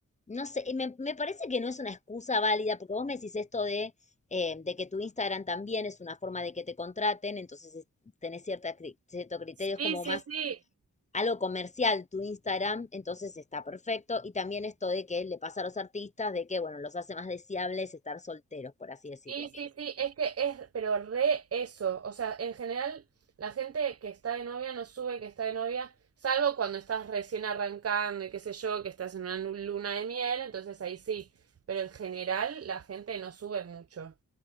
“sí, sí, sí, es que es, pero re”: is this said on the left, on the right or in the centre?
Right